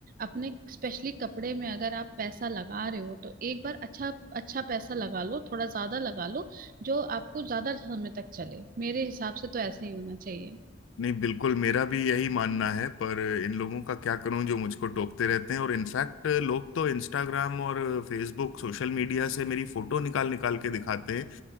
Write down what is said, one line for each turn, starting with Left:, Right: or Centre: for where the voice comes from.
Right: अपने स्पेशली कपड़े में अगर आप पैसा लगा रहे हो तो एक बार अच्छा अच्छा पैसा लगा लो थोड़ा ज्यादा लगा लो जो आपको ज्यादा समय तक चले मेरे हिसाब से तो ऐसे ही होना चाहिए
Left: नहीं बिल्कुल मेरा भी यही मानना है पर इन लोगों का क्या करूं जो मुझको टोकते रहते हैं और इनफैक्ट लोग तो इंस्टाग्राम और फेसबुक सोशल मीडिया से मेरी फोटो निकाल निकाल के दिखाते हैं